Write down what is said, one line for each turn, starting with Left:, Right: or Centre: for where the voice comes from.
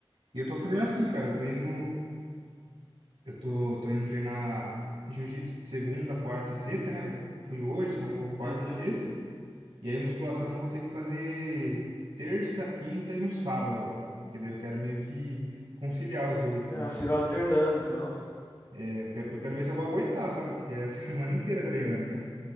Right: E eu tô fazendo assim, cara. Eu tô indo. Eu tô, tô indo treinar jiu-jitsu de segunda, quarta e sexta, né? Vou- fui hoje, então vou quarta
Left: Uhum.
Right: e sexta. E aí, musculação eu vou ter que fazer terça, quinta e no sábado agora. Porque daí eu quero meio que conciliar os dois, assim,
Left: Ah,
Right: sabe?
Left: se vai alternando então.
Right: É, Eu quero, eu quero ver se eu vou aguentar, sabe? Porque é a <laughs> semana inteira treinando, né?